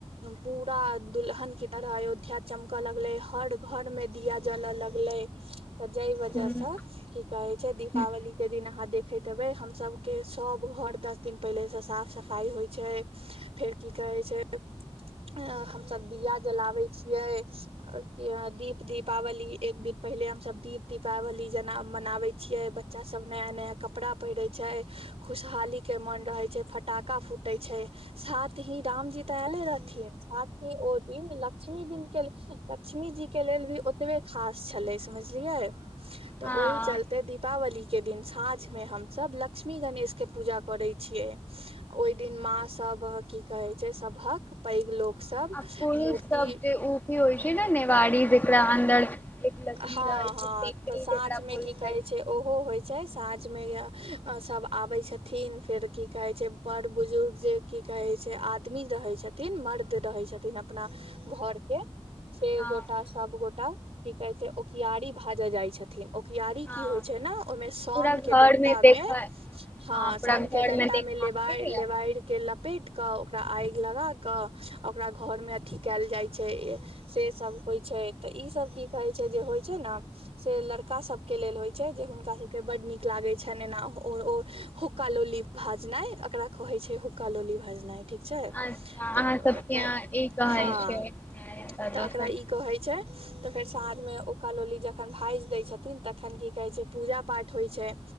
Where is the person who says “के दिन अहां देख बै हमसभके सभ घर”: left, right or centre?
Right